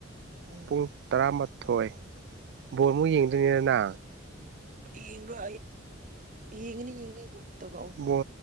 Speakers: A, on the right; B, on the right.
A: ꯎꯝ
B: ꯄꯨꯡ ꯇꯔꯥꯃꯥꯊꯣꯏ ꯕꯣꯣꯔꯃꯨꯛ ꯌꯦꯡꯗꯣꯏꯅꯤꯅ ꯅ
A: ꯌꯦꯡꯕ꯭ꯔꯣ ꯌꯦꯡꯤꯅꯤ ꯌꯦꯡꯅꯤ ꯑꯗꯨꯝ ꯇꯧꯔꯛꯑꯣ
B: ꯕ